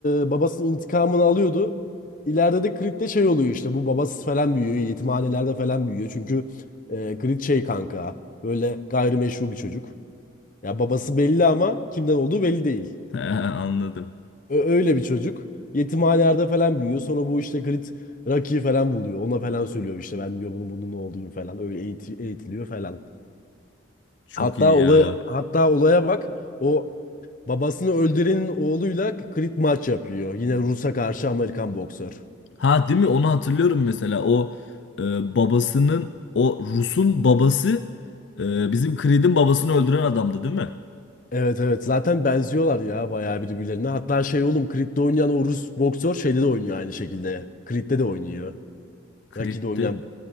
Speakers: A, on the left; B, on the left.
A: e, babasının intikamını alıyordu. İleride de Creed'de şey oluyor işte bu babasız falan büyüyor. Yetimhanelerde falan büyüyor. Çünkü e, Creed şey kanka böyle gayrimeşru bir çocuk. Ya babası belli ama kimden olduğu belli değil.
B: <laughs> He, Anladım.
A: Ö- öyle bir çocuk. Yetimhanelerde falan büyüyor. Sonra bu işte Creed Rocky'yi falan buluyor. Ona falan söylüyor işte ben diyor bunun bunun oğluyum falan. Öyle eğiti- eğitiliyor falan.
B: Çok
A: Hatta
B: iyi
A: olay
B: ya.
A: hatta olaya bak. O babasını öldürenin oğluyla krit maç yapıyor. Yine Rus'a karşı Amerikan boksör.
B: Ha değil mi? Onu hatırlıyorum mesela. O e, babasının o Rus'un babası e, bizim Creed'in babasını öldüren adamdı değil mi?
A: Evet evet zaten benziyorlar ya bayağı birbirlerine. Hatta şey oğlum Creed'de oynayan o Rus boksör şeyde de oynuyor aynı şekilde. Creed'de de oynuyor.
B: Crit'ti.
A: Rocky'de oynayan